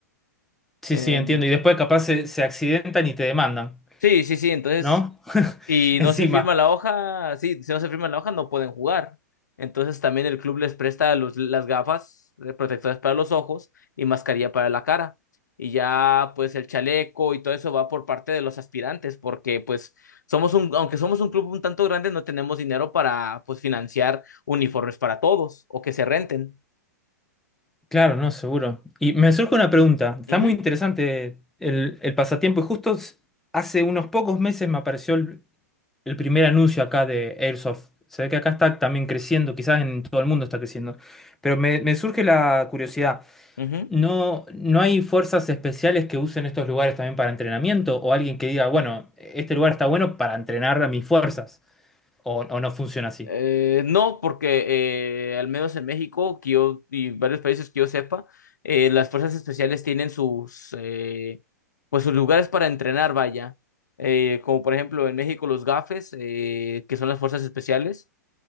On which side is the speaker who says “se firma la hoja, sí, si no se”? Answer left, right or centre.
Left